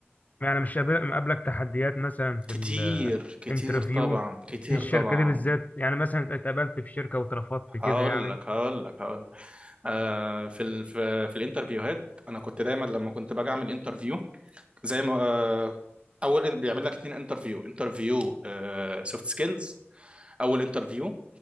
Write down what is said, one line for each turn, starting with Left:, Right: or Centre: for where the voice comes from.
Left: يعني مش قابل- مقابلك تحديات مثلا في
Right: كتير كتير
Left: الانترفيو
Right: طبعا كتير
Left: في الشركه
Right: طبعا
Left: دي بالذات يعني مثلا اتقابلت في شركه واترفضت
Right: هقول
Left: كده يعني
Right: لك هقول لك هقول لك. آه، في ال في, في الانترفيوهات انا كنت دايما لما كنت باجي اعمل انترفيو زي ما آه، اول إن- بيعمل لك اتنين انترفيو انترفيو سوفت سكيلز اول انترفيو